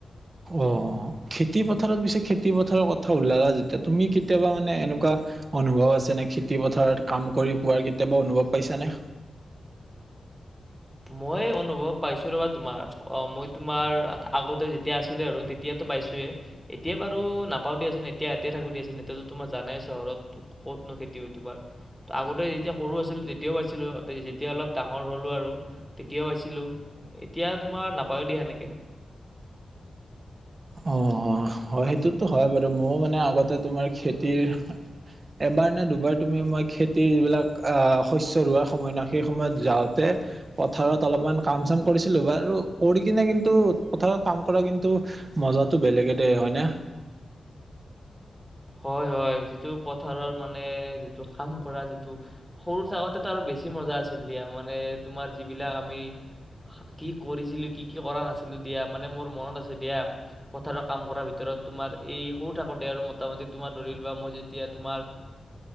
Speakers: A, on the right; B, in the centre.
A: অ' খেতি পথাৰত পিছে খেতি পথাৰৰ কথা ওলালা যেতিয়া তুমি কেতিয়াবা মানে এনেকুৱা অনুভৱ আছে নে? খেতি পথাৰত কাম কৰি পোৱাৰ কেতিয়াবা অনুভৱ পাইছা নে?
B: মই অনুভৱ পাইছোঁ ৰ'বা তোমাৰ। অ' মই তোমাৰ আ-আগতে যেতিয়া আছিলে আৰু তে তিয়াতো পাইছোৱে। এতিয়া বাৰু নাপাওঁ দিয়াচোন, এতিয়া ইয়াতে থাকো দিয়াচোন, এতিয়াতো তোমাৰ জানাই চহৰত ক'তনো খেতি হয় তোবাৰ। ত' আগতে যেতিয়া সৰু আছিলোঁ তেতিয়াও আছিলোঁ <unintelligible> যেতিয়া অলপ ডাঙৰ হ'লো আৰু তেতিয়াওঁ আছিলোঁ। এতিয়া তোমাৰ নাপাওঁ দিয়া এনেকে।
A: অ' হয় হেটোতো হয় বাৰু। মও মানে আগতে তোমাৰ খেতিৰ এবাৰ নে দুবাৰ তুমি মই খেতিৰ যিবিলাক আ শস্য ৰোৱাৰ সময় না সেই সময়ত যাওঁতে পথাৰত অলপমান কাম চাম কৰিছিলোঁ। বাৰু কৰি কিনে কিন্তু পথাৰত কাম কৰা কিন্তু মজাটো বেলেগে দে হয় না?
B: হয় হয় যিটো পথাৰত মানে যিটো কাম কৰা যিটো সৰু থাকোতেতো আৰু বেছি মজা আছিল দিয়া মানে তোমাৰ যিবিলাক আমি কি কৰিছিলি, কি কি কৰা নাছিলোঁ দিয়া মানে মোৰ <unintelligible> আছে দিয়া। পথাৰত কাম কৰাৰ ভিতৰত তোমাৰ এই সও থাকোতে আৰু ম মোটামুটি তোমাৰ ধৰি লোৱা মই যেতিয়া তোমাৰ